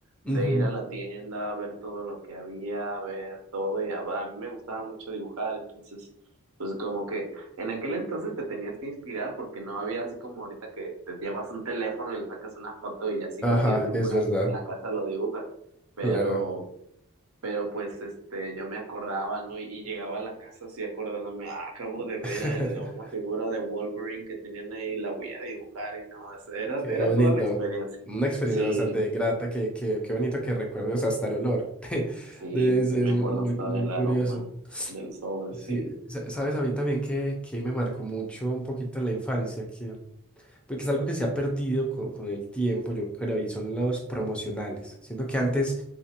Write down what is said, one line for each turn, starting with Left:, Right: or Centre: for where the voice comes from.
Centre: Ujú.
Right: de ir a la tienda, a ver todo lo que había, a ver todo, y a, a mí me gustaba mucho dibujar, entonces, pues como que en aquel entonces te tenías que inspirar porque no había así como ahorita que te llevas un teléfono y le sacas una foto y ya si
Centre: Ajá,
Right: lo quieres dibujar
Centre: es verdad,
Right: en la casa lo dibujas, pero,
Centre: claro.
Right: pero pues este, yo me acordaba, ¿no? Y, y llegaba a la casa así acordándome, ah, acabo de ver
Centre: <laughs>
Right: a la- una figura de Wolverine que tenían ahí, la voy a dibujar y no, es- era,
Centre: Qué
Right: era
Centre: bonito.
Right: toda la experiencia.
Centre: Una experiencia
Right: Sí.
Centre: bastante grata, que, que- qué bonito que recuerdes hasta el olor. <laughs>
Right: Sí,
Centre: De- Es,
Right: sí
Centre: es
Right: me
Centre: muy,
Right: acuerdo
Centre: muy
Right: hasta
Centre: muy
Right: del
Centre: curioso.
Right: aroma del sobre,
Centre: Sí,
Right: sí.
Centre: sa- sabes, a mí también que, que me marcó mucho un poquito en la infancia, que, porque es algo que se ha perdido con, con el tiempo, yo creo, y son los promocionales. Siento que antes